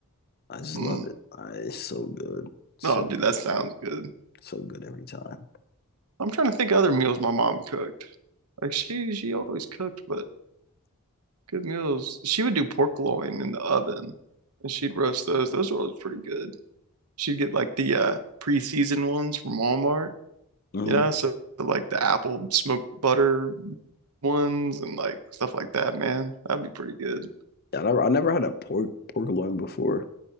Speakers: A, on the left; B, on the right.
A: I just
B: Mm.
A: love it. I, it's so good, so
B: No, dude,
A: good,
B: that sounds good.
A: so good every time.
B: I'm trying to think of other meals my mom cooked. Like she she always cooked, but good meals. She would do pork loin in the oven and she'd roast those. Those were always pretty good. She'd get like the uh pre-seasoned ones from Walmart,
A: hmm
B: you know, so like the apple smoked butter ones and like stuff like that, man. That'd be pretty good.
A: Yeah, I never, I never had a pork pork loin before.